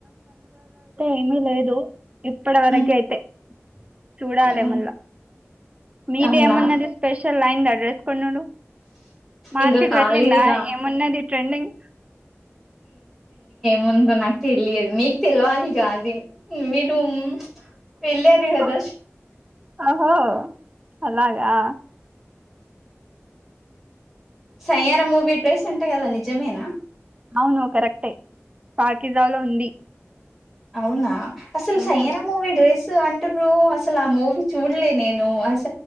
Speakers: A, on the right; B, in the centre.
A: ఏమి లేదు ఇప్పటివరకు
B: మ్మ్
A: అయితే చూడాలి
B: అవును
A: మల్ల మీది
B: అవునా
A: ఏమన్నది స్పెషల్ సార్ లైడి అడ్రెస్ కొండండు మార్కెట్
B: ఇంకా కాలేదుగా
A: వళ్లింద ఏమన్నది ట్రెండింగ్
B: ముందు నాకు తెలియదు మీకు తెలివాలి కాది మీరు వేలిరు కాదా
A: ఆ ఓహో అలాగా
B: సయ్యార మూవీ డ్రెస్ ఉంటా కదా నిజమేనా
A: అవును కరెక్టే పాకిజా లో ఉంది
B: అవునా అసలు
A: మ్మ్
B: సయ్యరా మూవీ డేస్ అంటున్నారు అసలు ఆ మూవీ చూడలే నేను అస